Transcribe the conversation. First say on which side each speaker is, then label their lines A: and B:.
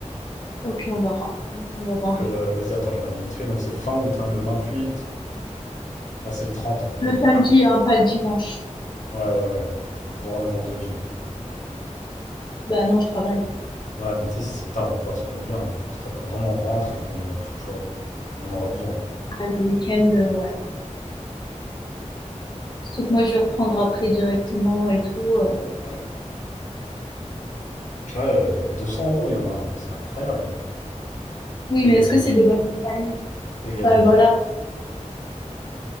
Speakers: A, on the left; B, on the left.
A: ok, on verra. On, on va voir,
B: Donc, euh,
A: ouais.
B: vas-y, attends, je vais regarder vite fait. Donc, c'est fin août, hein, le 28. Ouais, c'est le 30, en fait.
A: Le
B: le-
A: samedi, hein, pas le dimanche.
B: Ouais, ouais, ouais. ouais. Voir le vendredi. hein.
A: Bah non, je travaille.
B: Ouais, mais tu sais, si c'est tard ou quoi, ça peut être bien. hein. Histoire que vraiment on rentre et qu'on. pff, Tu vois, on en aura besoin.
A: Ah, Le week-end, euh, ouais. Sauf que moi, je vais reprendre après directement et tout. euh.
B: hein. Ouais. Tu vois, euh, 200 euros, il y en a. hein. C'est incroyable. hein.
A: Oui,
B: Pegasus.
A: mais est-ce que c'est des bonnes compagnies?
B: Pegasus.
A: Ouais, voilà.